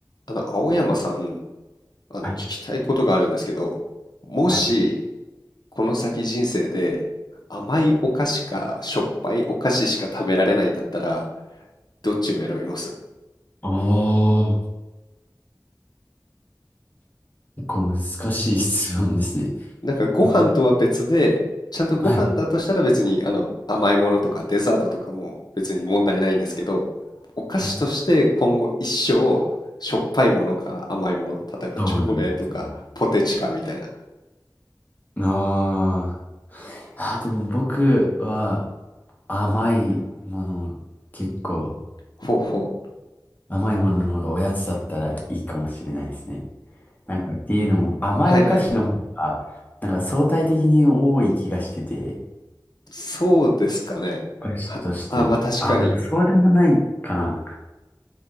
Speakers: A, on the left (about 65°); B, on the left (about 20°).
A: あの、青山さん、あの、
B: はい、
A: 聞きたいことがあるんですけど、もし、
B: はい。
A: この先人生で、甘いお菓子か、しょっぱいお菓子しか食べられないんだったら、どっちを選びます
B: ああ、結構難しい質問ですね。
A: なんか、ご飯とは別で、
B: どう、
A: ちゃんとご飯だとしたら別に、
B: はい、
A: あの、甘いものとかデザートとかも別に問題ないんですけど、お菓子として今後一生、
B: はい。
A: しょっぱいものか甘いもの、例えばチョコレートかポテチかみたいな。
B: どうなんですね。あーあー、あでも僕は甘いもの、結構
A: ほうほ
B: 甘いものの方がおやつだったらいいかもしれないですね。なんかっていうのも甘いお菓子の方が、
A: う。はいはい。
B: なんか相対的に多い気がしてて、
A: そうですかね。
B: お菓子として。
A: は、あ、まあ確かに、
B: あー、でもそうでもないかな。